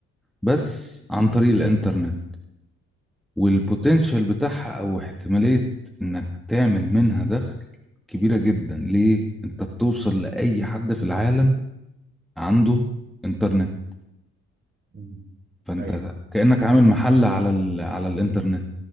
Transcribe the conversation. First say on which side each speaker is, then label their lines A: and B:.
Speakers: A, in the centre; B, on the right.
A: بس عن طريق الانترنت والبوتنشال
B: مم.
A: بتاعها او احتمالية انك تعمل منها دخل كبيرة جدا ليه انت بتوصل لأي حد في العالم عنده انترنت
B: مم.
A: فانت
B: ايوه
A: كأنك عامل محل على ال... على الانترنت